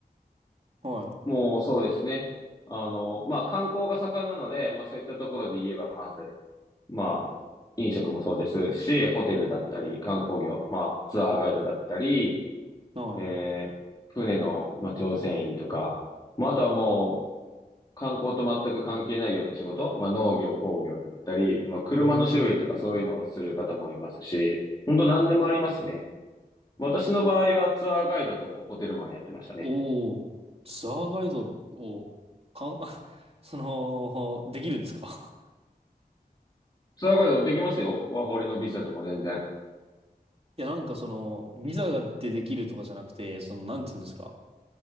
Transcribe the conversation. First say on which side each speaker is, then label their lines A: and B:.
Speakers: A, on the right (about 35°); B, on the left (about 25°).
A: はい。
B: もうそうですね。あの、まあ、観光が盛んなので、まあ、そういったところで言えば、まず、まあ、飲食もそうですし、ホテルだったり、観光業、まあ、ツアーガイドだったり、
A: はい。
B: えー船の、まあ、乗船員とか、まあ、あとはもう、観光と全く関係ないような仕事、まあ、農業、工業だったり、まあ、車の修理とかそういうのをする方もいますし、
A: うーん。
B: 本当何でもありますね。私の場合はツアーガイドとホテルマンやってましたね。
A: おお、ツアーガイドを、かん、あその、できるんですか <laughs>
B: ツアーガイドできますよ。ワーホリのビザでも全然。
A: いや、なんかその、ビザがでできるとかじゃなくて、その、なんて言うんですか。